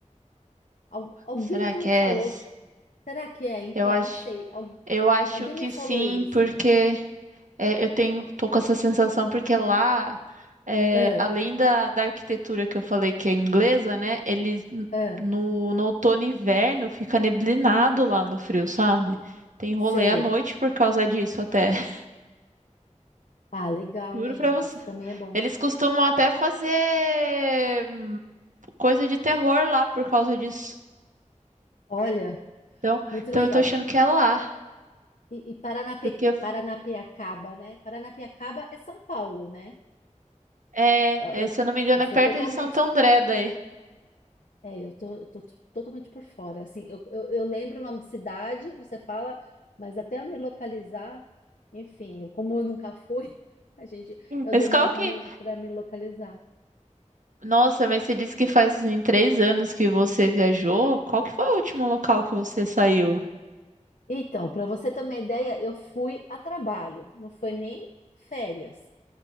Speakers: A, on the left; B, on the right.
A: Al- alguém
B: Será
A: já
B: que
A: me
B: é
A: falou
B: essa?
A: Será que é? Então,
B: Eu acho,
A: não sei. Al-
B: eu acho
A: alguém
B: que
A: me falou
B: sim,
A: isso.
B: porque É, eu tenho, tô com essa sensação porque lá, é,
A: Ah,
B: além da, da arquitetura que eu falei que é inglesa, né? Eles n-
A: ah,
B: no, no outono e inverno fica neblinado lá no frio, sabe? Tem rolê
A: sei.
B: à noite por causa disso até. <laughs>
A: Ah, legal,
B: Juro
A: hein?
B: pra você.
A: Esse também é bom.
B: Eles costumam até fazer hum, coisa de terror lá por causa disso.
A: Olha,
B: Então,
A: muito
B: então
A: legal.
B: eu tô achando que é lá,
A: E, e Paranape-
B: porque
A: Paranapiacaba, né? Paranapiacaba é São Paulo, né?
B: é,
A: Ó,
B: é,
A: Eu,
B: se eu não me engano,
A: eu sou
B: é perto
A: totalmente.
B: de Santo André daí.
A: É, eu tô, eu tô t- totalmente por fora. Assim, eu, eu, eu lembro o nome de cidade, você fala, mas até eu me localizar, enfim, como eu nunca fui, <laughs> a gente, eu
B: Mas
A: demoro
B: qual que
A: para me, para me localizar.
B: Nossa, mas você disse que faz em três anos que você viajou. Qual que foi o último local que você saiu?
A: Então, para você ter uma ideia, eu fui a trabalho, não foi nem férias.